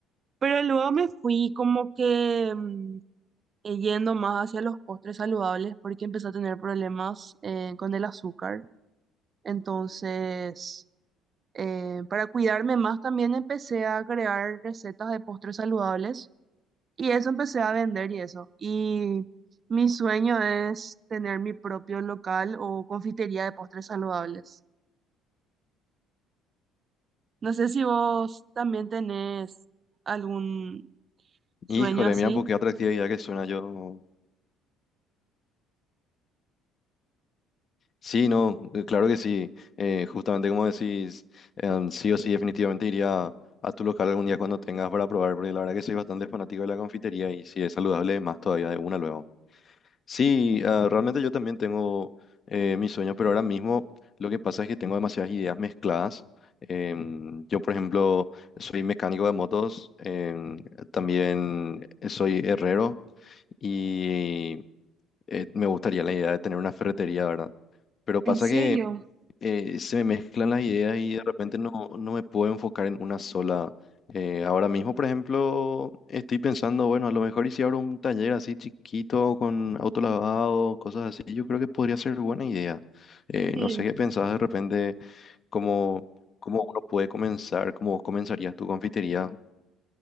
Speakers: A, on the right; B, on the left.
A: Pero luego me fui como que mm, eh, yendo más hacia los postres saludables porque empecé a tener problemas eh, con el azúcar. Entonces, eh, para cuidarme más también empecé a crear recetas de postres saludables y eso empecé a vender y eso. Y mi sueño es tener mi propio local o confitería de postres saludables. No sé si vos también tenés algún sueño
B: Híjole,
A: así.
B: mira, pues qué atractiva idea que suena yo. Sí, no, eh, claro que sí. Eh, justamente como decís, em, sí o sí, definitivamente iría a tu local algún día cuando tengas para probar, porque la verdad que soy bastante fanático de la confitería y si es saludable, más todavía de una luego. Sí, ah, realmente yo también tengo eh, mis sueños, pero ahora mismo lo que pasa es que tengo demasiadas ideas mezcladas. Em, yo, por ejemplo, soy mecánico de motos, em, también soy herrero y eh, me gustaría la idea de tener una ferretería, ¿verdad? Pero
A: ¿En
B: pasa
A: serio?
B: que eh, se me mezclan las ideas y de repente no, no me puedo enfocar en una sola. Eh, ahora mismo, por ejemplo, estoy pensando, bueno, a lo mejor y si abro un taller así chiquito con autolavado, cosas así, yo creo que podría ser buena idea. Eh,
A: Sí.
B: no sé qué pensás de repente, cómo, cómo uno puede comenzar, cómo vos comenzarías tu confitería.